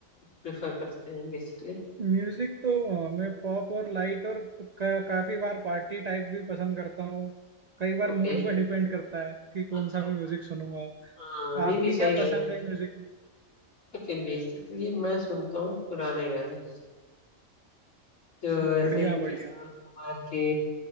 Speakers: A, on the left; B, on the right.
A: प्रेफर करते हैं बेसिकली
B: म्यूजिक तो अ, मैं पॉप और लाइट और का, काफी बार पार्टी टाइप भी पसंद करता हूँ कई बार
A: ओके
B: मूड पे डिपेंड करता है कि कौन
A: अच्छा
B: सा
A: अच्छा
B: मैं म्यूजिक
A: अच्छा।
B: सुनूंगा
A: हाँ नहीं
B: आपकी
A: नहीं
B: क्या
A: सही कह
B: पसंद
A: रहे
B: है म्यूजिक में?
A: ओके बेसिकली मैं सुनता हूँ पुराने गाने जो
B: अच्छा,
A: ऐसे
B: बढ़िया
A: किशोर
B: बढ़िया
A: कुमार के